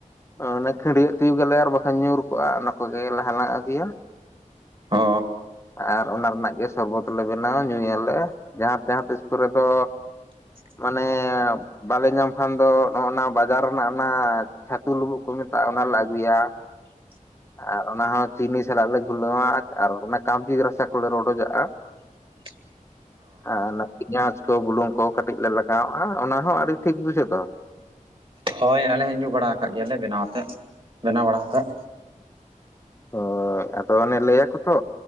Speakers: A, on the left (about 20°); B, on the right (about 40°).
A: ᱚᱱᱟ ᱠᱷᱟᱹᱰᱭᱟᱹᱜ ᱛᱤᱭᱳᱜ ᱟᱞᱮ ᱟᱨ ᱵᱟᱠᱷᱟᱱ ᱧᱩᱨ ᱠᱚᱜᱼᱟ᱾ ᱚᱱᱟ ᱠᱚᱜᱮ ᱞᱟᱦᱟ ᱦᱟᱞᱟᱝ ᱟᱹᱜᱩᱭᱟ
B: ᱚ
A: ᱟᱨ ᱚᱱᱟ ᱨᱮᱱᱟᱜ ᱜᱮ ᱥᱚᱨᱵᱚᱛ ᱞᱮ ᱵᱮᱱᱟᱣᱟ ᱧᱩᱭᱟᱞᱮ ᱡᱟᱦᱟᱸ ᱡᱟᱦᱟᱸ ᱛᱤᱥᱠᱩᱨᱮ ᱫᱚ
B: <inaudible>
A: ᱢᱟᱱᱮ ᱵᱟᱞᱮ ᱧᱟᱢ ᱠᱷᱟᱱ ᱫᱚ ᱱᱚᱜᱼ ᱱᱟ ᱵᱟᱡᱟᱨ ᱨᱮᱱᱟᱜ ᱚᱱᱟ ᱪᱷᱟᱹᱛᱩ ᱞᱩᱵᱩᱜ ᱠᱚ ᱢᱮᱛᱟᱜᱼᱟ, ᱚᱱᱟ ᱞᱮ ᱟᱹᱜᱩᱭᱟ᱾
B: <inaudible>
A: ᱟᱨ ᱚᱱᱟ ᱦᱚᱸ ᱪᱤᱱᱤ ᱥᱟᱞᱟᱜ ᱞᱮ ᱜᱩᱞᱟᱹᱣᱟ ᱟᱨ ᱚᱱᱟ ᱠᱟᱵᱡᱤ ᱨᱟᱥᱟ ᱠᱚᱞᱮ ᱨᱚᱰᱚᱡᱟᱜᱼᱟ᱾
B: <inaudible>
A: ᱟᱨ ᱚᱱᱟ ᱯᱮᱧᱟᱡ ᱛᱚ ᱵᱩᱞᱩᱝ ᱠᱚ ᱠᱟᱹᱴᱤᱡ ᱞᱮ ᱞᱟᱜᱟᱣᱟᱜᱼᱟ, ᱚᱱᱟ ᱦᱚᱸ ᱟᱹᱰᱤ ᱴᱷᱤᱠ ᱵᱩᱡᱷᱟᱹᱜ ᱫᱚ
B: ᱦᱳᱭ ᱟᱞᱮ ᱦᱚ ᱧᱩ ᱵᱟᱲᱟ ᱟᱠᱟᱜ ᱜᱮᱭᱟᱞᱮ ᱵᱮᱱᱟᱣᱛᱮᱫ ᱵᱮᱱᱟᱣ ᱵᱟᱲᱟ ᱠᱟᱛᱮᱫ
A: ᱦᱳᱭ ᱟᱫᱚ ᱚᱱᱮ ᱞᱟᱹᱭ ᱭᱟᱠᱚ ᱛᱚ